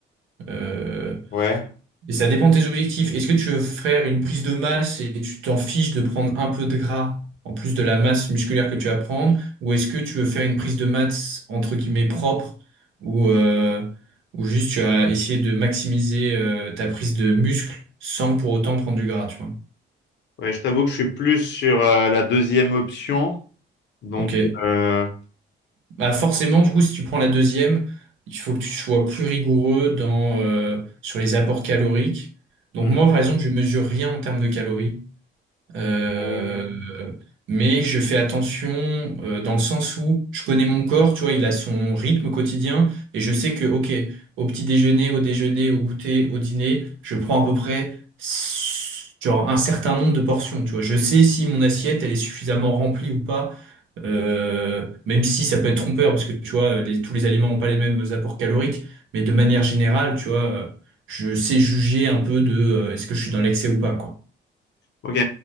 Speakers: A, on the right; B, on the left.
A: Euh,
B: Ouais.
A: et ça dépend de tes objectifs. Est-ce que tu veux faire une prise de masse et tu t'en fiches de prendre un peu de gras en plus de la masse musculaire que tu vas prendre? Ou est-ce que tu veux faire une prise de masse entre guillemets propre ou, euh, ou juste tu vas essayer de maximiser euh, ta prise de muscle sans pour autant prendre du gras, tu vois?
B: Ouais, je t'avoue que je suis plus sur euh, la deuxième option. Donc,
A: Ok.
B: euh,
A: Bah forcément, du coup, si tu prends la deuxième, il faut que tu sois plus rigoureux dans, euh, sur les apports caloriques. Donc
B: mhm.
A: moi, par exemple, je mesure rien en termes de calories. Euh,
B: Ouais.
A: mais je fais attention euh, dans le sens où je connais mon corps, tu vois, il a son rythme quotidien et je sais que, ok, au petit déjeuner, au déjeuner, au goûter, au dîner, je prends à peu près s- genre un certain nombre de portions, tu vois. Je sais si mon assiette, elle est suffisamment remplie ou pas, euh, même si ça peut être trompeur parce que, tu vois, les- tous les aliments n'ont pas les mêmes apports caloriques, mais de manière générale, tu vois, euh, je sais juger un peu de euh, est-ce que je suis dans l'excès ou pas, quoi.
B: Ok.